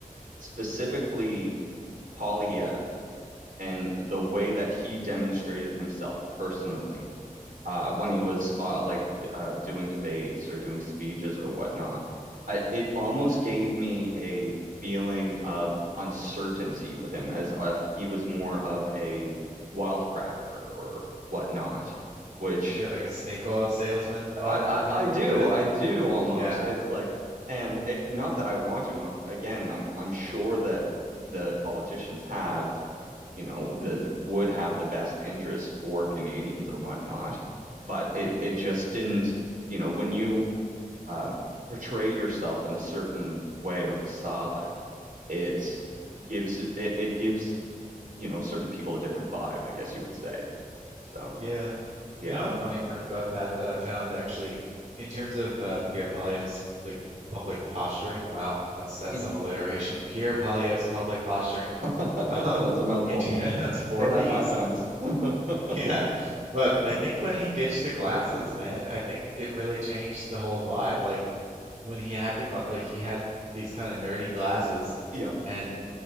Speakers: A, on the right; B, on the right.
A: specifically Polyev and
B: mm,
A: the way that he demonstrated himself personally, uh, when
B: mm,
A: he was uh, like uh, doing debates or doing speeches or whatnot. I, it almost gave me a feeling of uncertainty with him, as if he was more of
B: mm,
A: a wildcracker or whatnot,
B: mm.
A: which
B: You get like a snake oil salesman vibe
A: I,
B: from
A: I
B: him
A: I
B: a little
A: do
B: bit.
A: I do almost.
B: Yeah.
A: It's like, and it, not that I want to. uh, Again, I'm I'm sure that the politicians have, you know, the would have the best interest for Canadians or whatnot, but it
B: Mm,
A: it just didn't. You know, when you um, portray yourself in a certain way or facade, it
B: mm,
A: gives it, it gives you know certain people a different vibe, I guess you would say. So
B: yeah. You
A: yeah,
B: know, a funny part about that that I found actually, in terms of uh, Pierre Polyev's like public posturing. Wow, that's that's
A: <laughs>
B: some alliteration. Pierre Polyev's public posturing.
A: that's
B: <laughs> Um,
A: a mouthful.
B: in ter- <laughs> that's four
A: Say that
B: P's.
A: five times. <laughs>
B: Yeah. But I think when he ditched the glasses, man, I think it really changed the whole vibe. Like when he had the gla like he had these kind of nerdy glasses,
A: Yeah,
B: and